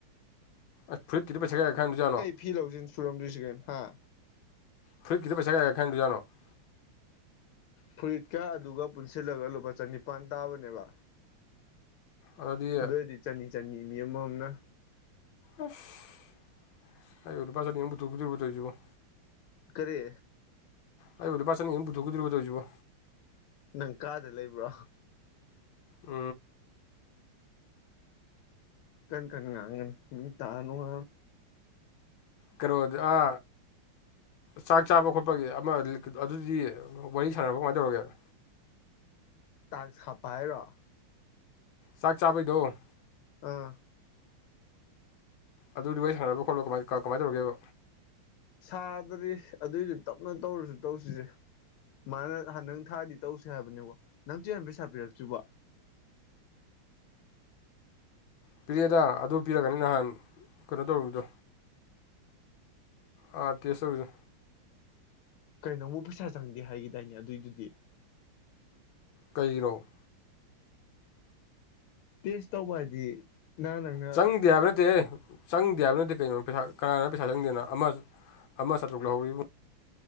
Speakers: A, on the left; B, on the left.
A: ꯑꯦ ꯐꯨꯔꯤꯠ ꯀꯇ ꯄꯩꯁꯥꯒ ꯈꯔꯗꯨꯖꯥꯅꯣ
B: ꯐꯤꯜꯥꯎꯁꯤꯟ ꯁꯨꯔꯝꯗ꯭ꯣꯏꯁꯤꯒꯟ ꯍꯥ
A: ꯊꯨꯔꯤ ꯀ ꯄꯩꯁꯥꯒꯦ ꯑꯦꯈꯩꯅꯦꯟꯖꯅ <unintelligible>
B: ꯐꯨꯔꯤꯠꯀ ꯑꯗꯨꯒ ꯄꯨꯟꯁꯤꯜꯂꯒ ꯂꯨꯄꯥ ꯆꯅꯤꯄꯥꯟ ꯇꯥꯕꯅꯦꯕ
A: ꯑꯗꯨꯗꯤ
B: ꯑꯗꯨ ꯑꯣꯏꯔꯗꯤ ꯆꯅꯤ ꯆꯟꯅꯤ ꯃꯤ ꯑꯃꯃꯝꯅ
A: ꯑꯩ ꯑꯣꯏꯗꯨ ꯄꯖꯅꯤ ꯇꯔꯒꯨꯇꯔꯕꯇꯔꯖ
B: ꯀꯔꯤ
A: ꯑꯩ ꯑꯣꯏ ꯄ ꯆꯦꯅ ꯌꯦꯨꯝ ꯄꯨꯊꯣꯛꯀꯗꯔꯤꯕ ꯇ ꯑꯣꯏꯖꯤꯕ
B: ꯅꯪ ꯀꯥꯗ ꯂꯩꯕ꯭ꯔꯥ
A: ꯎ
B: ꯀꯩꯅ ꯀ ꯌꯥꯒ ꯇꯥꯅꯅꯨꯡ
A: ꯀꯣꯗꯤ ꯑ ꯆꯥꯛ ꯆꯥꯕ ꯈꯣꯠꯄꯒꯤ ꯑꯃ ꯑꯗꯨꯗꯤ ꯋꯥꯔꯤ ꯁꯥꯟꯅꯕ ꯀꯃꯥꯏꯅ ꯇꯧꯔꯒꯦ
B: ꯇꯥꯛ ꯁꯥꯄ ꯍꯥꯏꯔꯣ
A: ꯆꯥꯛ ꯆꯥꯕꯩꯗꯣ
B: ꯑꯥ
A: ꯑꯗꯨꯗꯨ ꯋꯥꯔꯤ ꯁꯥꯟꯅꯕ ꯈꯣꯠꯂꯣ ꯀꯃꯥꯏ ꯀꯃꯥꯏ ꯇꯧꯔꯒꯦꯕ
B: ꯁꯥꯗ꯭ꯔꯗꯤ ꯑꯗꯨꯏꯗꯤ ꯇꯞꯅ ꯇꯧꯔꯁꯨ ꯇꯧꯁꯤꯁꯦ ꯃꯥꯅ ꯅꯪ ꯊꯥꯗꯤ ꯇꯧꯁꯦ ꯍꯥꯏꯕꯅꯦꯕꯣ ꯅꯪ ꯆꯦ ꯄꯩꯁꯥ ꯄꯤꯔꯛꯇ꯭ꯕ
A: ꯄꯤꯔꯛꯑꯦꯗ ꯑꯗꯨ ꯄꯤꯔꯛꯒꯅꯤ ꯅꯍꯥꯟ ꯀꯩꯅꯣ ꯇꯧꯔꯤꯕꯗꯣ ꯑꯥ ꯇꯤꯁ ꯇꯧꯔꯨꯏꯗꯣ
B: ꯀꯔꯤꯅꯣ ꯑꯃꯨꯛ ꯄꯩꯁꯥ ꯆꯪꯗꯦ ꯍꯥꯏꯈꯤꯗꯥꯏꯅꯦ ꯑꯗꯨꯏꯗꯨꯗꯤ
A: ꯀꯩꯩꯅꯣ
B: ꯇꯦꯁ ꯇꯧꯕ ꯍꯥꯏꯗꯤ ꯅꯪ ꯅꯪ
A: ꯆꯪꯗꯦ ꯌꯥꯕ ꯅꯠꯇꯦ ꯆꯪꯗꯦ ꯍꯥꯏꯕ ꯅꯠꯇꯦ ꯀꯔꯤꯅꯣ ꯄꯩꯁꯥ ꯀꯅꯥꯅ ꯄꯩꯁꯥ ꯆꯪꯗꯦꯅ ꯑꯃ ꯑꯃ ꯆꯥꯇ꯭ꯔꯨꯛ ꯂꯧꯍꯧꯔꯤꯕꯅ